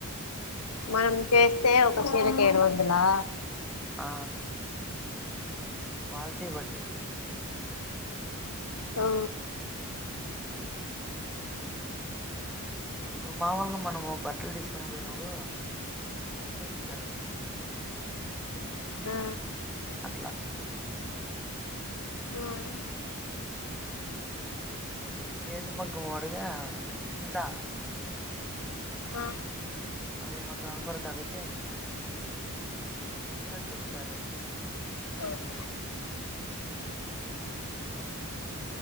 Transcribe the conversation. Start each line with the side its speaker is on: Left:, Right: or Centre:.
Left: మనం చేస్తే ఒక చీరకు ఏడు వందలా
Centre: ఆ క్వాలిటీ బట్టి
Left: ఓ
Centre: ఉమ్ ఇప్పుడు మామూలుగా మనము బట్టలు తీసుకునేకి పోయినప్పుడు చూపిస్తారు కద వాళ్ళు
Left: ఆ
Centre: ఇట్లా
Left: ఉమ్
Centre: అది చేత మగ్గం వాడుగా నీలా
Left: ఆ
Centre: అదే మా షాపు కాడ తగ్గుతే ఎంతో చెప్ప ఆ రోజు
Left: చాలు
Centre: ఉమ్